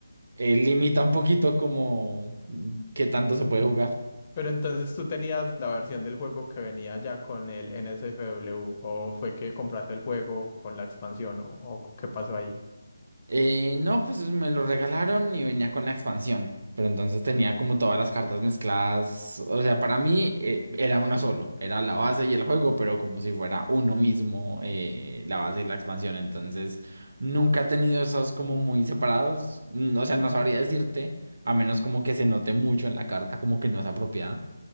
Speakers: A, on the right; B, on the left.
A: eh, limita un poquito como mm, qué tanto se puede jugar.
B: Pero entonces tú tenías la versión del juego que venía ya con el NSFW, o fue que compraste el juego con la expansión, o, o qué pasó ahí.
A: Eh, no, pues me lo regalaron y venía con la expansión, pero entonces tenía como todas las cartas mezcladas. O sea, para mí eh, era uno solo, era la base y el juego, pero como si fuera uno mismo eh, la base y la expansión. Entonces nunca he tenido esos como muy separados. Mm, O sea, no sabría decirte, a menos como que se note mucho en la carta como que no es apropiada.